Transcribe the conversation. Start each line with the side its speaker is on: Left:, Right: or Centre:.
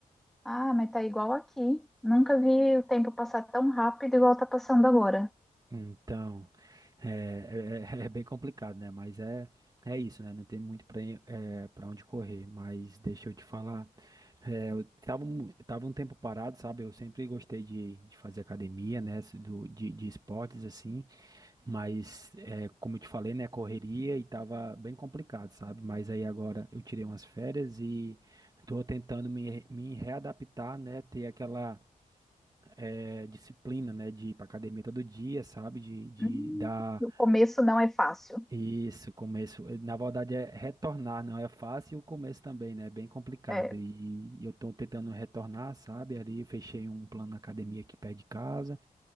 Centre: Ah, mas tá igual aqui. Nunca vi o tempo passar tão rápido igual tá passando agora.
Right: Então, é, é- é <laughs> é bem complicado, né? Mas é, é isso, né? Não tem muito para para onde correr. Mas deixa eu te falar, é, eu tava, um- tava um tempo parado, sabe? Eu sempre gostei de, de fazer academia, né? Se- Do, de, de esportes, assim. Mas, é, como eu te falei, né, correria e tava bem complicado, sabe? Mas aí agora eu tirei umas férias e tô tentando me, re- me readaptar, né? Ter aquela é, disciplina, né, de ir pra academia todo dia, sabe? De, de
Centre: Hum,
Right: dar
Centre: o começo não é fácil.
Right: isso, começo. Na verdade é retornar, não é fácil e o começo também, né? É bem complicado.
Centre: É
Right: E, e eu tô tentando retornar, sabe? Ali eu fechei um plano na academia aqui perto de casa.